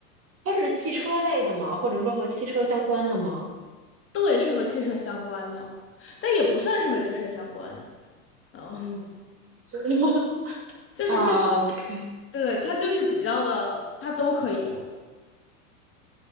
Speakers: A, on the right; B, on the left.
A: 它是汽车类的吗？或者说和汽车相关的吗？
B: 都也是和汽车相关的，但也不算是和汽车相关的。嗯，
A: <laughs>
B: <laughs> 就是这，
A: 啊，OK。
B: 对，它就是比较的，它都可以用，